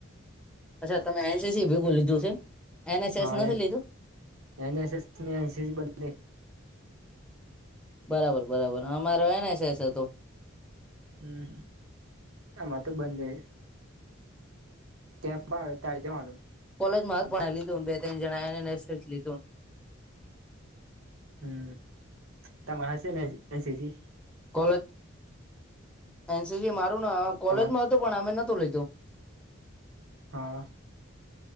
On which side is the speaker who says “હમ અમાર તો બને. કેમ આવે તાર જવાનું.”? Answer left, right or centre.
Right